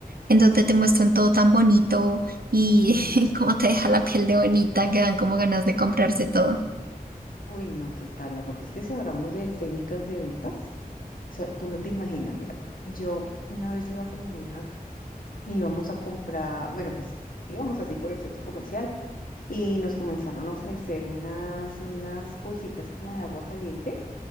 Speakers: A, on the right (about 75°); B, on the left (about 65°).
A: en donde te muestran todo tan bonito y
B: No,
A: <laughs> cómo te deja la piel de bonita, que dan como ganas de comprarse todo.
B: Uy, no, ¿qué tal? No, porque es que si hablamos de técnicas de ventas, o sea, tú no te imaginas, mira, yo una vez iba con mi hija y íbamos a comprar, bueno, pues íbamos así por el centro comercial y nos comenzaron a ofrecer unas, unas bolsitas como de agua caliente,